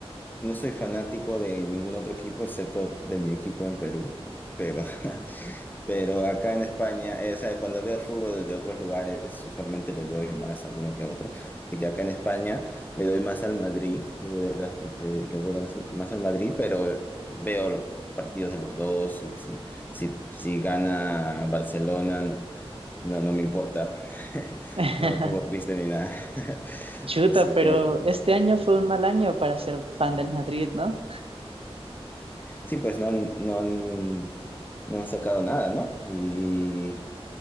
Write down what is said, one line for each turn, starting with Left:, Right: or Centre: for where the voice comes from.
Left: no soy fanático de ningún otro equipo excepto de mi equipo en Perú. Pero, <laughs> pero acá en España, eh, o sea, cuando veo fútbol desde otros lugares, usualmente le doy más a uno que a otro. Así que acá en España le doy más al Madrid, le voy a dar, le- le voy a dar más al Madrid, pero veo los partidos de los dos y si, si, si gana Barcelona, no, no me importa. <laughs>
Right: <laughs>
Left: No me pongo triste ni nada. <laughs>
Right: Chuta,
Left: Así
Right: pero
Left: que,
Right: este año fue un mal año para ser fan del Madrid, ¿no?
Left: sí, pues no, han- no, han, no han sacado nada, ¿no? Y